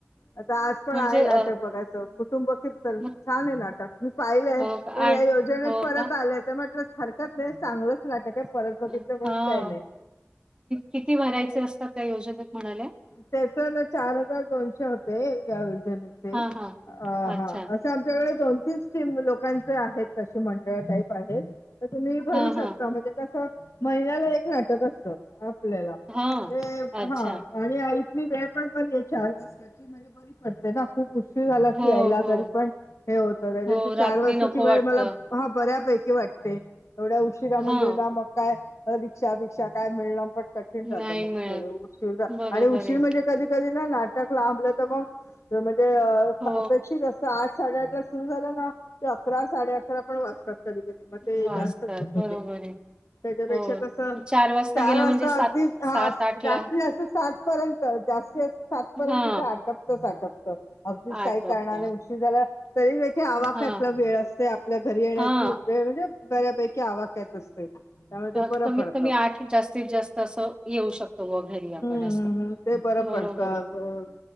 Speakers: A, on the left; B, on the right.
A: आता आज पण
B: म्हणजे
A: आहे नाटक
B: अ,
A: बघायचं कुटुंब कीर्तन
B: मग
A: छान आहे नाटक. मी पाहिलंय
B: हो का?
A: पण
B: आणि
A: या योजनेत
B: हो
A: परत
B: का?
A: आलंय ते म्हटलं हरकत नाही चांगलंच नाटक आहे परत बघितलं
B: अ,
A: म्हणून
B: हां.
A: काही नाही.
B: किती भरायचे असतात त्या योजनेत म्हणाल्या?
A: त्याच ना चार हजार दोनशे होते या योजनेचे
B: हां, हां.
A: आ हां
B: अच्छा.
A: तर आमच्याकडे दोन तीन स्कीम लोकांचे आहेत तशी मंडळ टाईप आहेत. तर तुम्ही भरू
B: हां, हां.
A: शकता म्हणजे कसं महिन्याला एक नाटक असतं. आपल्याला
B: हां.
A: ते
B: अच्छा.
A: हां आणि आ इथली वेळ पण बरी आहे चार वाजताची म्हणजे बरी पडते ना खूप उशी उशीर झाला
B: हो,
A: की यायला
B: हो.
A: घरी पण हे होत त्यापेक्षा
B: हो
A: चार
B: रात्री
A: वाजताची
B: नको
A: वेळ
B: वाटत
A: मला हां बऱ्यापैकी वाटते एवढा उशिरा म्हणजे
B: हा
A: ना मग काय रिक्षा बिक्षा काय मिळणं पण कठीण
B: नाही
A: जातं मग
B: मिळत
A: ते उशीर
B: बरोबर
A: आणि उशीर
B: आहे.
A: कधी कधी ना नाटक लांबल तर मग खरं म्हणजे अ
B: हो
A: अपेक्षित असत आठ साडेआठ ला सुरू झालं ना ते अकरा साडे अकरा पण वाजतात कधी कधी मग ते
B: वाचतात
A: जास्तच होत
B: बरोबर
A: ते
B: आहे
A: त्याच्यापेक्षा
B: हो
A: कसं चार
B: गेलं
A: वाजता
B: म्हणजे सात
A: अगदी हां
B: सात आठ
A: जास्ती
B: ला
A: जास्त सात पर्यंत जास्तीत जास्त सातपर्यंत
B: हा
A: ते आटपतच आटपत. अगदीच
B: आठ
A: काही
B: वाजता
A: कारणाने उशीर झाला तरीदेखील आवाक्यातला
B: हा
A: वेळ असते आपल्या घरी येण्याची
B: हा
A: वेळ म्हणजे बऱ्यापैकी आवाक क्यात असते. त्यामुळे ते
B: तर
A: बरं
B: कमीत
A: पडतं
B: कमी आठ जास्तीत जास्त असं येऊ शकतो व घरी आपण.
A: ह
B: असं
A: ते बरं
B: बरोबर
A: पडतं
B: आहे